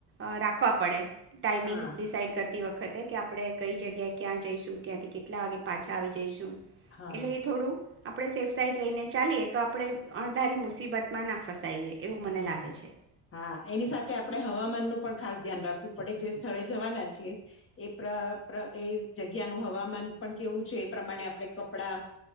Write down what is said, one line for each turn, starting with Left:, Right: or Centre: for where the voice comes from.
Right: અ રાખવા પડે. ટાઈમિંગ્સ
Left: હા
Right: ડિસાઇડ કર તી વખતે કે આપણે કઈ જગ્યાએ ક્યાં જઈશું ત્યાંથી કેટલા વાગે પાછા આવી જઈશું
Left: હા
Right: એટલે એ થોડું આપણે સેફ સાઇડ રહીને ચાલીએ તો આપણે અણધારી મુસીબતમાં ના ફસાઈએ. એવું મને
Left: હહ
Right: લાગે છે
Left: હા એની સાથે આપડે હવામાનનું પણ ખાસ ધ્યાન રાખવું પડે. જે સ્થળે જવાના છીએ એ પ્ર પ્ર એ જગ્યાનું હવામાન પણ કેવું છે એ પ્રમાણે આપણે કપડા